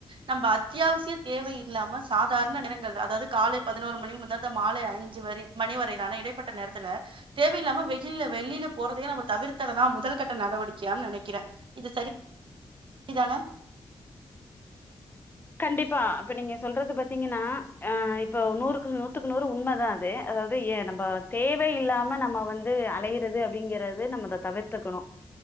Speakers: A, on the right; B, on the left.
A: நம்ம அத்தியாவசிய தேவை இல்லாம சாதாரண நேரங்கள்ல அதாவது காலை பதினோரு மணி முதல் த மாலை அஞ்சு வரை மணி வரையிலான இடைப்பட்ட நேரத்துல தேவையில்லாம வெய்யில்ல வெளில போறதயே நம்ம தவிர்த்திடறதா முதல் கட்ட நடவடிக்கையான்னு நினைக்கிற இது சரி தான
B: கண்டிப்பா இப்ப நீங்க சொல்றது பாத்தீங்கன்னா ஆஹ் இப்போ நூறுக்கு நூத்துக்கு நூறு உண்மதா அது அதாவது ஏ நம்ப தேவை இல்லாம நம்ம வந்து அலையறது அப்படிங்கறது நம்ம த தவிர்த்துக்கணும்